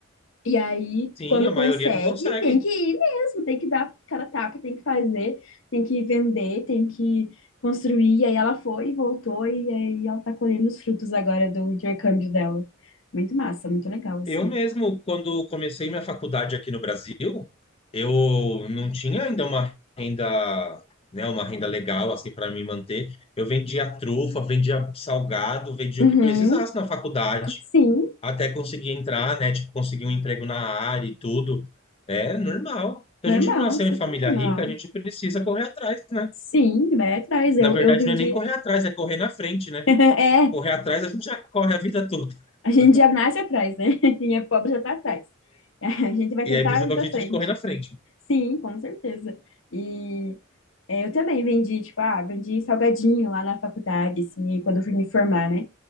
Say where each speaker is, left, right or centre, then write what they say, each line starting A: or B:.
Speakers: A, on the left (about 65°); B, on the left (about 30°).
A: E aí,
B: Sim,
A: quando
B: a
A: consegue,
B: maioria não consegue.
A: tem que ir mesmo, tem que dar cara a tapa, tem que fazer, tem que vender, tem que construir. E aí ela foi e voltou, e aí ela tá colhendo os frutos agora do intercâmbio dela. Muito massa, muito legal, assim.
B: Eu mesmo, quando comecei minha faculdade aqui no Brasil, eu não tinha ainda uma renda, né, uma renda legal assim para me manter. Eu vendia trufa, vendia salgado, vendia
A: Uhum.
B: o que precisasse na faculdade,
A: Sim,
B: até conseguir entrar, né, tipo conseguir um emprego na área e tudo. É normal. Se
A: normal,
B: a gente não nasceu
A: super
B: em família
A: normal.
B: rica, a gente precisa correr atrás, né?
A: Sim, vai atrás. Eu,
B: Na verdade,
A: eu vendi.
B: não é nem correr atrás, é correr na frente, né?
A: <laughs> É,
B: Correr atrás, a gente já corre a vida toda.
A: a gente
B: <laughs>
A: já nasce atrás, né? <laughs> Quem é pobre já tá atrás. <laughs> A gente vai
B: E
A: tentar
B: aí precisa
A: ir
B: dar
A: pra
B: um jeito
A: frente.
B: de correr na frente.
A: Sim, com certeza. E é, eu também vendi, tipo, ah, vendi salgadinho lá na faculdade, assim, e quando eu fui me formar, né?